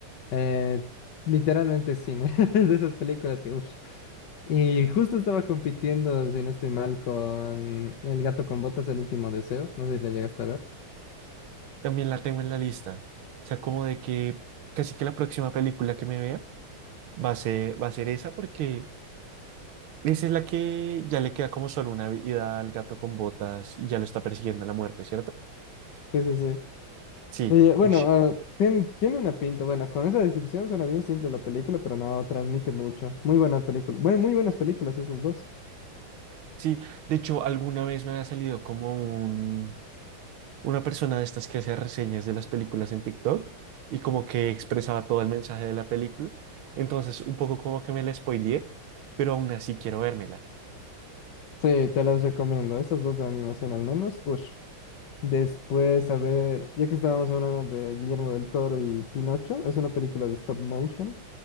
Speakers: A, on the left (about 60°); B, on the right (about 80°).
A: Eh, literalmente cine, <laughs> de esas películas que, uff. Y justo estaba compitiendo, si no estoy mal, con El gato con botas, El último deseo. No sé si la llegaste a ver.
B: También la tengo en la lista. O sea, como de que casi que la próxima película que me vea va a ser, va a ser esa porque esa es la que ya le queda como solo una vida al gato con botas y ya lo está persiguiendo la muerte, ¿cierto?
A: Sí, sí, sí.
B: Sí,
A: Y, bueno,
B: ush.
A: ah, tien- tiene una pinta. Bueno, con esa descripción suena bien simple la película, pero no transmite mucho. Muy buena película. Bueno, muy buenas películas esas dos.
B: Sí, de hecho, alguna vez me ha salido como un una persona de estas que hace reseñas de las películas en TikTok y como que expresaba todo el mensaje de la película. Entonces, un poco como que me la spoileé, pero aún así quiero vérmela.
A: Sí, te las recomiendo. Esas dos de animación al menos. Ush. Después, a ver, ya que estábamos hablando de Guillermo del Toro y Pinocho, es una película de stop motion.